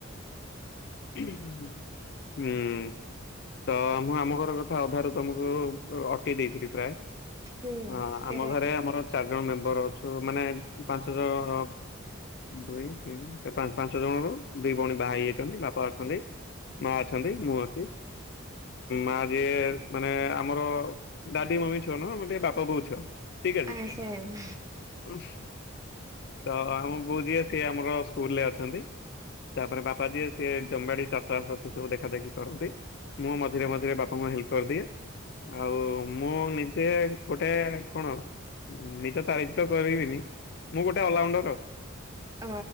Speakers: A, on the left (about 50°); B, on the right (about 15°).
A: ହ <unintelligible> ତ ମୁଁ ଆମ ଘର କଥା ଅଧାରୁ ତମକୁ ଅଟକେଇ ଦେଇଥିଲି ପ୍ରାୟ।
B: ହୁଁ
A: ହଁ
B: ସେଇଟା
A: ଆମ ଘରେ ଆମର ଚାରି ଜଣ ମେମ୍ବର ଅଛୁ ମାନେ ପାଞ୍ଚ ଜଣ। ଦୁଇ ତିନି ପାଞ୍ଚ ଜଣ ରୁ ଦି ଭଉଣୀ ବାହା ହେଇଯାଇଛନ୍ତି ବାପା ଅଛନ୍ତି ମା ଅଛନ୍ତି ମୁଁ ଅଛି। ମା ଯିଏ ମାନେ ଆମର ଦଡାଡି ମମି ଛୁଅ ନା ମମର ଟିକେ ବାପା ବୋଉ ଛୁଆ। ଠିକ ଅଛି
B: ଆ ସେମ୍।
A: ହଁ। ତ ଆମ ବୋଉ ଯିଏ ସିଏ ଆମର ସ୍କୁଲ ରେ ଅଛନ୍ତି ତାପରେ ବାପା ଯିଏ ସେ ଜମିବାଡ଼ି ଚାଷବାସ ସେସବୁ ଦେଖାଦେଖି କରନ୍ତି ମୁଁ ମଝିରେ ମଝିରେ ବାପାଙ୍କୁ ହେଲ୍ପ କରିଦିଏ। ଆଉ ମୁଁ ନିଜେ ଗୋଟେ କଣ? ନିଜ ତାରିଫ ତ କରିବିନି ମୁଁ ଗୋଟେ ଅଲରାଉଣ୍ଡର ଆଉ।
B: ଓ